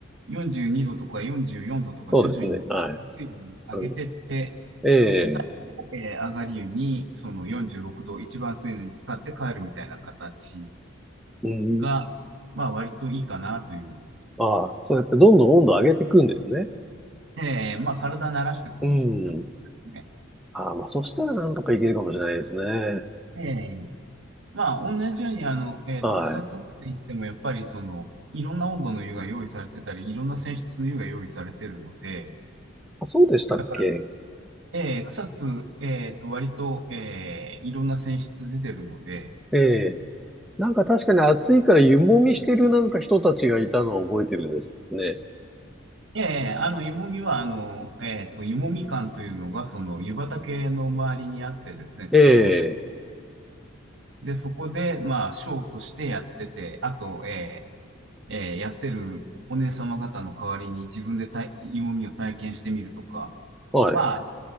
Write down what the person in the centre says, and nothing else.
そうですね。はい。あのえ
え
うん。
ああ、そうやってどんどん温度上げていくんですね。
うん。ああ、まあ、そしたらなんとかいけるかもしれないですね。
はい。
あ、そうでしたっけ
ええなんか確かに暑いから湯もみしてるなんか人たちがいたのを覚えてるんですけどね。
ええ
はい。